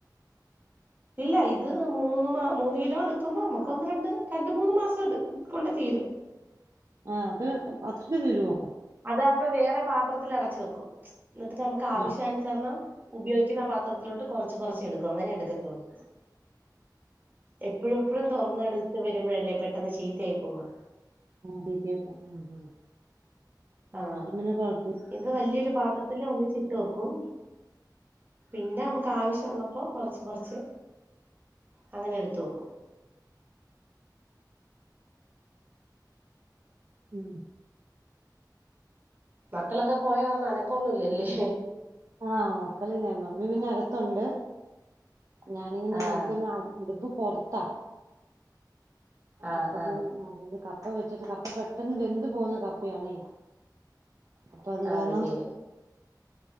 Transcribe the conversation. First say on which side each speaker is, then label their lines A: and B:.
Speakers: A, on the right (about 25°); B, on the right (about 50°).
A: <inaudible> ഇല്ല ഇത് മൂന്ന് മൂന്ന് കിലോ എടുക്കുമ്പോ നമ്മുക്ക് ഒന്ന് രണ്ട് രണ്ട് മൂന്ന് മാസം എടു കൊണ്ട് തീരും. <inaudible>
B: ആഹ അത് അത്രൊക്കെ തീരുമോ
A: അത് അപ്പൊ വേറെ പാത്രത്തിൽ അടച്ച വെക്കും എന്നിട്ട് നമുക്ക് ആവശ്യാനുസരണം
B: ആ
A: ഉപയോഗിക്കുന്ന പാത്രത്തിലോട്ട് കൊറച്ച് കൊറച്ച് എടുക്കും അങ്ങനെ എടുക്കത്തോള്ളൂ. എപ്പോഴും എപ്പോഴും തുറന്ന് എടുത്ത് വരുമ്പോഴല്ലേ പെട്ടന്ന് ചീത്തയായി പോവാ
B: ചീത്തയായിപ്പോവും ഉം ഉം അന്നേരം
A: ആഹ്
B: പിന്നെ കൊഴപ്പ
A: ഇത് വലിയൊരു പാത്രത്തില് ഒന്നിച്ചിട്ട് വെക്കും പിന്നെ നമുക്ക് ആവശ്യ ഉള്ളപ്പോ കൊറച്ച് കൊറച്ച് അങ്ങനെ എടുത്തുവെക്കും
B: ഉം
A: മക്കളൊക്കെ പോയ അനക്കൊന്നുംല്ലല്ലേ
B: ആഹ് മക്കളില്ല, മമ്മി പിന്നെ അകത്തുണ്ട്. ഞാനിങ്ങനെ
A: ആഹ്
B: ഞങ്ങക്ക് അടുപ്പ് പൊറത്താ
A: ആഹ്
B: അപ്പൊ
A: ആഹ്
B: പിന്നെ അ കപ്പ വെച്ചിട്ട് കപ്പ പെട്ടെന്ന് വെന്ത് പോവുന്ന കപ്പയാണേ അപ്പൊ അത്
A: ആണല്ലേ
B: കാരണം